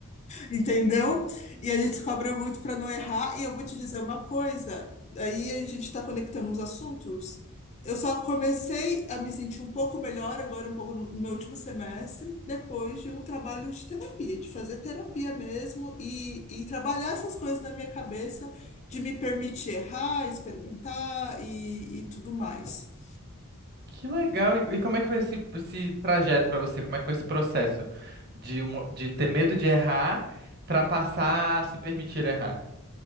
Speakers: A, on the left (about 30°); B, on the right (about 45°).
A: entendeu? E a gente se cobra muito para não errar. E eu vou te dizer uma coisa, aí a gente está conectando os assuntos. Eu só comecei a me sentir um pouco melhor agora, um pouco no no meu último semestre, depois de um trabalho de terapia, de fazer terapia mesmo e, e trabalhar essas coisas na minha cabeça, de me permitir errar, experimentar e, e tudo mais.
B: Que legal! E, e como é que foi esse, esse trajeto pra você? Como é que foi esse processo de, uma- de ter medo de errar pra passar a se permitir errar?